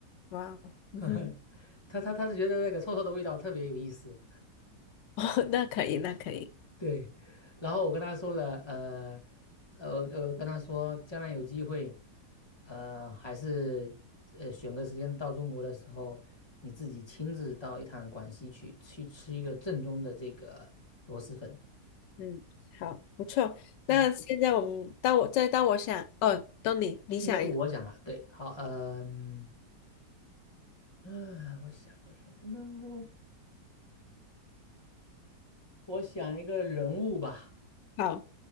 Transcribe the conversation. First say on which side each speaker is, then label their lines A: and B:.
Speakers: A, on the left; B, on the left.
A: 哇，嗯哼，
B: <laughs> 他他他是觉得那个臭臭的味道特别有意思，
A: <laughs> 哦，那可以，那可以，
B: 对。然后我跟他说了，呃，呃，呃，跟他说将来有机会，呃，还是呃选个时间到中国的时候，你自己亲自到一趟广西去，去吃一个正宗的这个螺蛳粉。
A: 嗯，好，不错。
B: 嗯，
A: 那现在我们到我，再到我想，哦，到你，你想一个，
B: 应该是我讲了，对，好，嗯、嗯啊我想个什么呢？我想一个人物吧，
A: 好，